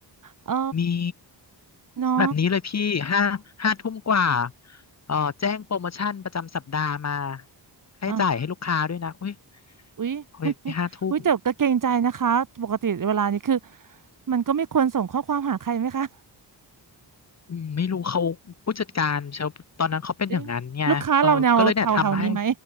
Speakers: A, on the right; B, on the left.
A: เออ
B: มี
A: เนาะ
B: แบบนี้เลยพี่ห้าห้าทุ่มกว่าเอ่อแจ้งโปรโมชั่นประจำสัปดาห์มาให้จ่ายให้ลูกค้าด้วยนะเฮ้ย
A: อ่าฮะอุ๊ย
B: เฮ้ยห้าทุ่ม
A: อุ้ยแต่ก็เกรงใจนะคะปกติเวลานี้คือมันก็ไม่ควรส่งข้อความหาใครไหมคะ
B: อืมไม่รู้เขาผู้จัดการเชลตอนนั้นเขาเป็นอย่างนั้นไงเออก็เลยเนี่ยทำให้
A: เอ๊ะลูกค้าเราแนวแถวแถวนี้ไหม